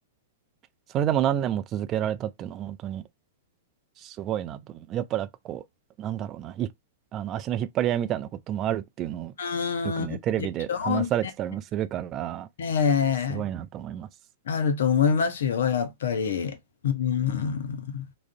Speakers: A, on the right (about 30°); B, on the left (about 60°).
A: それでも何年も続けられたっていうのは本当に、すごいなと。やっぱなんかこう、なんだろうな、い、あの足の引っ張り合いみたいなこともあるっていうのをよくね、
B: うーん、
A: テレビで話されてたりもするから、
B: でしょうね。ええ、
A: すごいなと思います。
B: あると思いますよ、やっぱり。うん。